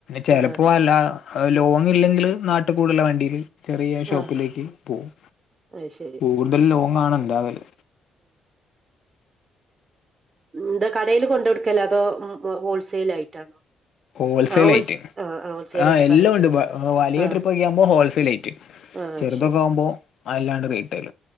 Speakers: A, on the left; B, on the right.
A: ചിലപ്പോ
B: ആ ആ
A: അല്ല- ലോങ് ഇല്ലെങ്കിൽ നാട്ട് കൂടുള്ള വണ്ടിയിൽ ചെറിയ
B: ആഹ്
A: ഷോപ്പിലേക്ക് പോകും
B: അത് ശരി
A: കൂടുതൽ ലോങ്ങണ ഉണ്ടാവല്
B: ഇന്ത കടയില് കൊണ്ട വിടുക്കല്ലോ അതോ ഹോൾസെൽ ആയിട്ടാണോ?
A: ഹോൾസെയിൽ
B: ആൾ
A: ആയിട്ട്
B: ആ ഹോൾസെൽ
A: ആഹ്
B: ആയിട്ട്
A: എല്ലാം
B: കട
A: ഉണ്ട്
B: ആ..
A: വലിയ
B: ആ..
A: ട്രിപ്പ് ഒക്കെ ആകുമ്പോ ഹോൾസെയിൽ ആയിട്ട്
B: ആഹ
A: ചെറുതൊക്കെ
B: ശരി
A: ആകുമ്പോ
B: എന്ന
A: അല്ലാണ്ട് റീറ്റെൽ